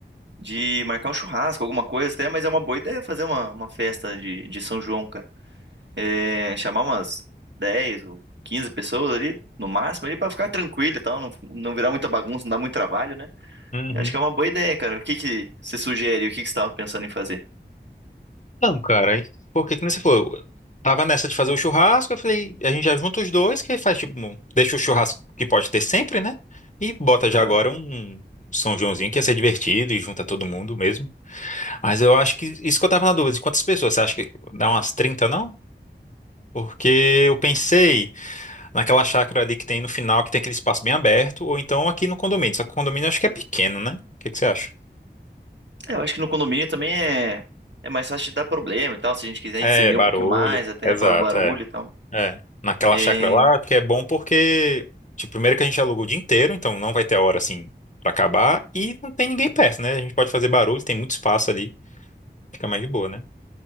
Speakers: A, on the right (about 75°); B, on the left (about 40°).
A: de marcar um churrasco, alguma coisa até, mas é uma boa ideia fazer uma, uma festa de, de São João, cara. É, Chamar umas 10 ou 15 pessoas ali, no máximo, ali, pra ficar tranquilo e tal, não, não virar muita bagunça, não dar muito trabalho, né?
B: uhum.
A: Eu acho que é uma boa ideia, cara. O que que você sugere? O que que você tava pensando em fazer?
B: Não, cara, aí- porque que nem você falou, eu tava nessa de fazer o churrasco, eu falei, a gente já junta os dois, que aí faz tipo, um- deixa o churrasco que pode ter sempre, né? E bota já
A: Aham.
B: agora um um São Joãozinho que ia ser divertido e junta todo mundo mesmo. Mas eu acho que isso que eu tava na dúvida, de quantas pessoas? Você acha que dá umas 30 não? Porque eu pensei naquela chácara ali que tem no final, que tem aquele espaço bem aberto, ou então aqui no condomínio. Só que o condomínio eu acho que é pequeno, né? O que que você acha?
A: É, Eu acho que no condomínio também é. É mais fácil de dar problema e tal, se a gente quiser
B: É,
A: estender
B: barulho.
A: um pouquinho mais, até
B: Exato,
A: pelo barulho
B: é.
A: e tal.
B: É. Naquela
A: E...
B: chácara lá, que é bom porque, tipo, primeiro que a gente aluga o dia inteiro, então não vai ter hora assim pra acabar, e não tem ninguém perto, né? A gente pode fazer barulho, tem muito espaço ali, fica mais de boa, né?